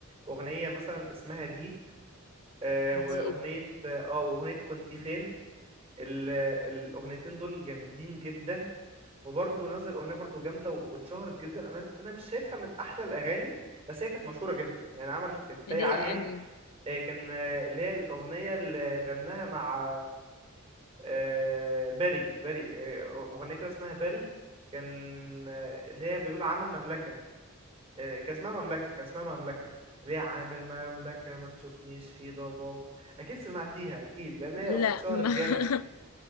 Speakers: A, on the right (about 30°); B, on the left (about 85°).
A: اغنيه مثلا اسمها ديب آه، واغنيه
B: دي
A: اه واغنيه كنت فين ال- الاغنيتين دول جامدين جدا وبرضه نزل اغنيه برضه جامده و- واتشهرت جدا انا انا مش شايفها من احلى الاغاني بس هي كانت مشهوره جدا يعني عملت هتايه
B: ليه
A: عاليه
B: اني
A: آه، كان آه، اللي هي الاغنيه اللي غناها مع آه، باري باري آه، مغنيه كده اسمها باري كان آه، اللي هي بيقول عامل مملكه آه، كان اسمها مملكه كان اسمها مملكه اللي هي عامل مملكه ما تشوفنيش في ضباب اكيد سمعتيها اكيد لان هي
B: لا
A: اتشهرت
B: ما
A: جامد
B: <laughs>